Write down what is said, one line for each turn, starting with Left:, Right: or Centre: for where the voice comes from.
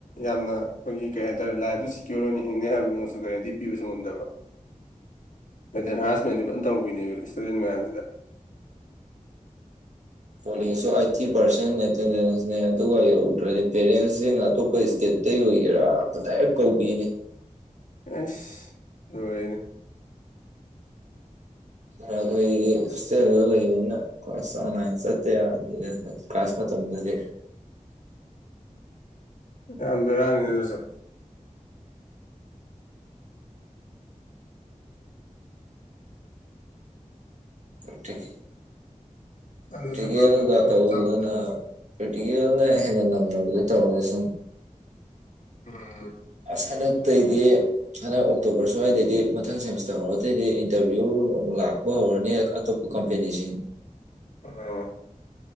Left: ꯌꯥꯝꯅ꯫ ꯑꯩꯈꯣꯏꯒꯤ ꯀꯩ ꯍꯥꯏꯇꯥꯔꯦ ꯂꯥꯏꯐꯇꯨ ꯁꯤꯀꯤꯌꯣꯔ ꯑꯣꯏꯅ ꯍꯤꯡꯅꯤ ꯍꯥꯏꯕꯃꯁꯨ ꯒꯔꯦꯟꯇꯤꯄꯤꯕꯁꯨ ꯉꯝꯗꯕ꯫ ꯃꯦꯟꯇꯦꯟ ꯍꯥꯔꯥꯁꯃꯦꯟꯗꯤ ꯐꯖꯅ ꯇꯧꯕꯤꯅꯦꯕ ꯏꯁꯇꯨꯗꯦꯟ ꯃꯌꯥꯝꯁꯤꯗ꯫
Right: ꯀꯣꯂꯦꯖꯁꯨ ꯑꯥꯏꯠꯇꯤ ꯄꯥꯔꯁꯦꯟ ꯑꯦꯇꯦꯟꯗꯦꯟꯁꯅꯦ ꯑꯗꯨꯒ ꯌꯧꯗ꯭ꯔꯗꯤ ꯄꯦꯔꯦꯟꯁꯁꯤꯡ ꯑꯇꯣꯞꯄ ꯏꯁꯇꯦꯠ꯫ ꯇꯩ ꯑꯣꯏꯒꯦꯔ ꯗꯥꯏꯔꯦꯛ ꯀꯧꯕꯤꯅꯤ꯫
Left: ꯑꯁ ꯅꯣꯔꯦꯅꯦ꯫
Right: ꯑꯩꯈꯣꯏꯗꯤ ꯍꯣꯁꯇꯦꯜꯗ ꯂꯩꯕꯅꯤꯅ꯫ ꯀꯣꯂꯦꯁ ꯆꯥꯡ ꯅꯥꯏꯅ ꯆꯠꯇ ꯌꯥꯗꯦ ꯀꯥꯂꯥꯁ ꯃꯥꯇꯝꯗꯗꯤ꯫
Left: ꯌꯥꯝ ꯕꯦꯔꯥꯅꯤ ꯑꯗꯨꯁꯨ꫰꫰
Right: ꯑꯣ꯫ <unintelligible>
Left: ꯑꯗꯨꯁꯨ
Right: ꯄ꯭ꯔꯤꯇꯤꯀꯦꯜꯒ
Left: ꯄꯨꯔꯥ ꯕꯦꯔꯥꯅꯤ
Right: ꯇꯧꯗꯅ
Left: ꯇꯧꯔꯤꯁꯦ꯫
Right: ꯄ꯭ꯔꯤꯇꯤꯀꯦꯜꯅ ꯍꯦꯟꯅ ꯅꯝꯅꯕꯗꯤ ꯇꯧꯔꯁꯨ꯫
Left: ꯎꯝ
Right: ꯑꯁꯥ ꯍꯟꯗꯛꯇꯩꯗꯤ꯫ ꯍꯟꯗꯛ ꯑꯣꯛꯇꯣꯕꯔ ꯁ꯭ꯋꯥꯏꯗꯩꯗꯤ ꯃꯊꯪ ꯁꯦꯃꯤꯁꯇꯔ ꯍꯧꯔꯗꯩꯩꯗꯤ ꯏꯟꯇꯔꯚꯤꯌꯨ ꯂꯥꯛꯄ ꯍꯧꯔꯅꯤ ꯑꯇꯣꯞ ꯀꯝꯄꯦꯅꯤꯁꯤ꯫
Left: ꯑ꯫